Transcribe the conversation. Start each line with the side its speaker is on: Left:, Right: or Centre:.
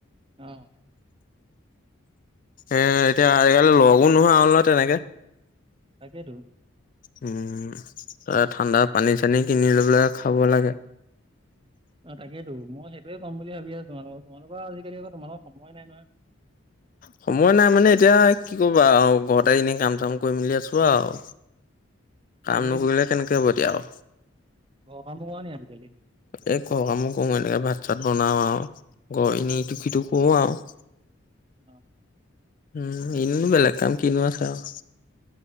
Right: অ'।
Left: এ এতিয়া আজিকালি লগো নোহোৱা হ'ল নহয় তেনেকে?
Right: তাকেটো।
Left: উম, ত ঠাণ্ডা পানী চানী কিনি লৈ পেলাই খাব লাগে।
Right: অ' তাকেতো মই সেইটোয়ে কম বুলি ভাবি আছো, তোমোকৰ তোমালোকৰ আজিকালি আ তোমালোক সময় নাই নহয়।
Left: সময় নাই মানে এতিয়া কি কৰিবা আৰু, ঘৰতে এনেই কাম চাম কৰি মেলি আছো আৰু। কাম
Right: আজিকালি
Left: নকৰিলে
Right: কি ঘৰ
Left: কেনেকে হ'ব এতিয়া আৰু?
Right: ঘৰৰ কামো কৰা নি আজিকালি
Left: এই ঘৰৰ কামো কৰো এনেকে ভাত চাত বনাওঁ আৰু, ঘ নি ইটু খিটো কৰো আৰু।
Right: অ'।
Left: উম, ইনুনো বেলেগ কাম কিনো আছে আৰু।